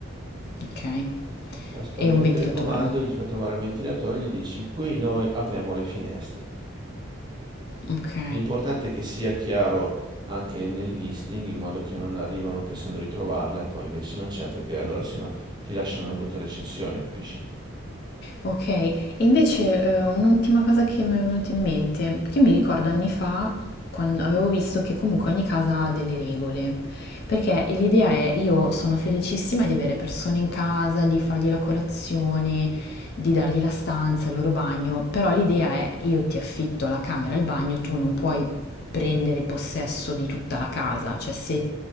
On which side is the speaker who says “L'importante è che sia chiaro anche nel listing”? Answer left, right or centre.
Right